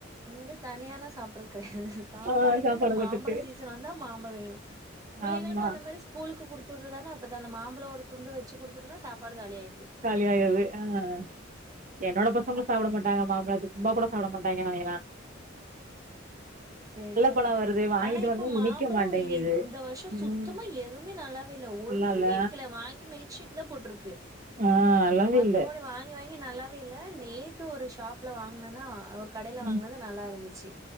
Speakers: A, on the right (about 20°); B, on the right (about 40°).
A: இங்க தனியெல்லாம் சாப்பிறது கிடையாது சாப்பாடுக்கு
B: ஆ சாப்பாடு
A: அந்த மாம்பழம்
B: தொட்டுக்கு
A: சீசன் வந்தா மாம்பழ வேணும் பிள்ளைங்களுக்கு
B: ஆமா
A: அந்த மாரி ஸ்கூலுக்கு குடுத்துறதானே பெருசா அந்த மாம்பலம் ஒரு துண்டு வச்சு குடுத்துட்டுன்னா சாப்பாடு காலி ஆயி
B: காலிய ஆயர்து அஹ் என்னோட பசங்களும்
A: மத்
B: சாப்பிட மாட்டாங்க மாம்பழத் சும்மா கூட சாப்பிட மாட்டாங்கா இவ
A: செரி சா
B: பழோ வருது வாங்கிட்டு
A: ஆனா இப்ப
B: வந்தா
A: மாம்பழம்
B: இனிக்க மாட்டேங்குது
A: இந்த வருஷம்
B: ம்
A: சுத்தமா எதுவுமே நல்லாவே இல்ல ஒண்ணுமே
B: நல்லால்ல
A: நிக்கல வாங்கி மில்க்ஷேக்கு தான் போட்டிருக்கு
B: ஆ நல்லாவே
A: மத்துபடி
B: இல்ல
A: வாங்கி வாங்கி நல்லாவே இல்ல நேத்து ஒரு ஷாப்ல வாங்கினன்னா ஒரு கடையில வாங்குனத
B: ம்
A: நல்லாயிருந்துச்சி